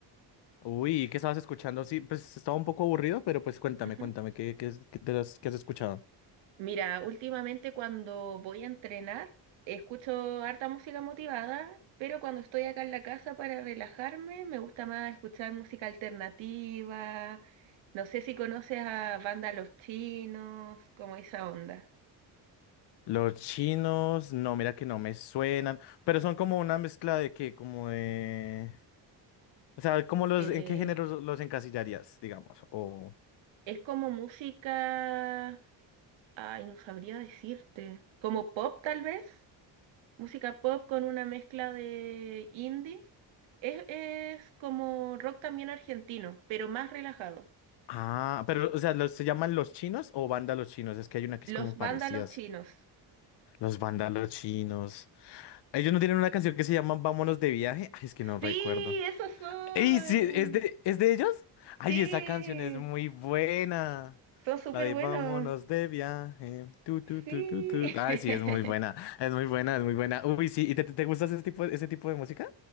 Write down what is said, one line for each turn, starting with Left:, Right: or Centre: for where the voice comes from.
Left: Uy, ¿y ¿qué estabas escuchando? Sí, pues estaba un poco aburrido, pero pues cuéntame,
Right: Ujú.
Left: cuéntame, ¿qué, qué, es- qué te has, qué has escuchado?
Right: Mira, últimamente cuando voy a entrenar, escucho harta música motivada, pero cuando estoy acá en la casa para relajarme, me gusta más escuchar música alternativa. No sé si conoces a Banda Los Chinos, como esa onda.
Left: Los chinos, no, mira que no me suenan, pero son como una mezcla de qué, como de... O sea, ¿cómo los,
Right: Eh,
Left: en qué género los encasillarías, digamos? O...
Right: es como música. Ay, no sabría decirte. Como pop, tal vez. Música pop con una mezcla de indie. Es, es como rock también argentino, pero más relajado.
Left: Ah, pero, o sea, ¿los, ¿se llaman los chinos o banda los chinos? Es que hay una que
Right: Los
Left: es como
Right: vándalos
Left: parecidas.
Right: chinos.
Left: Los bandas los chinos. Ellos no tienen una canción que se llama Vámonos de viaje. Ay, es que no
Right: Sí,
Left: recuerdo.
Right: esos son.
Left: Y sí, ¿es de, es de ellos? Ay,
Right: Sí,
Left: esa canción es muy buena.
Right: son súper
Left: La de
Right: buenos.
Left: Vámonos de viaje. Tu, tu,
Right: Sí.
Left: tu, tu, tu. Ay,
Right: <laughs>
Left: sí, es muy buena. Es muy buena, es muy buena. Uy, sí. ¿Y te, te gusta ese tipo, ese tipo de música?